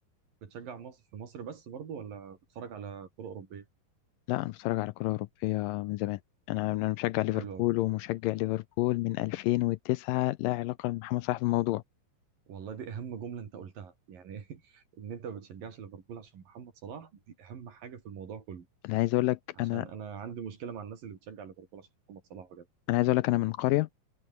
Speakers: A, on the right (about 65°); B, on the left (about 80°).
A: بتشجع مصر في مصر بس برضو ولا بتتفرج على كرة أوروبية
B: لا انا بتفرج على كره اوروبيه من زمان انا انا مشجع ليفربول
A: حلوة بت...
B: ومشجع ليفربول من 2009 لا علاقه لمحمد صلاح بالموضوع
A: والله دي أهم جملة أنت قلتها يعني <laughs> إن أنت ما بتشجعش ليفربول عشان محمد صلاح دي أهم حاجة في الموضوع كله
B: انا عايز اقول لك
A: عشان
B: انا
A: أنا عندي مشكلة مع الناس اللي بتشجع ليفربول عشان محمد صلاح بجد
B: انا عايز اقول لك انا من قريه